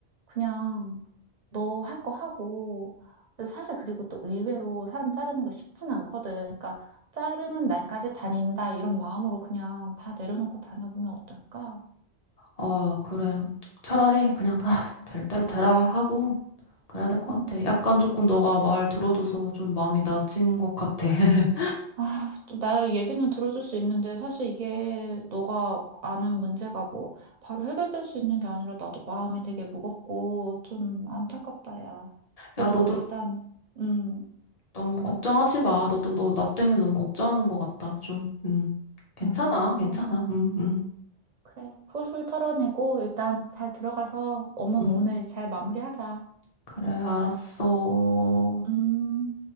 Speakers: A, on the right (about 50°); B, on the left (about 35°).
A: 그냥 너 할 거 하고 그래서 사실 그리고 또 의외로 사람 자르는 거 쉽진 않거든. 그러니까 자르는 날까지 다닌다 이런 마음으로 그냥 다 내려놓고 다녀보면 어떨까?
B: 아, 그래. 차라리 그냥 다 될 대로 되라 하고. 그래야 될 것
A: 음.
B: 같아. 약간 조금 너가 말 들어줘서 좀 마음이 나아진 것 같아. <laughs>
A: 아, 또 나의 얘기는 들어줄 수 있는데 사실 이게 너가 아는 문제가 뭐 바로 해결될 수 있는 게 아니라 나도 마음이 되게 무겁고 좀 안타깝다, 야. 그래도
B: 야, 너도
A: 일단, 음,
B: 너무 걱정하지 마. 너도 너, 나 때문에 너무 걱정하는 것 같다. 좀, 음. 괜찮아,
A: 음, 그래,
B: 괜찮아. 응, 응,
A: 그래. 훌훌 털어내고 일단 잘 들어가서 업무
B: 응.
A: 오늘 잘 마무리하자.
B: 그래, 알았어.
A: 음,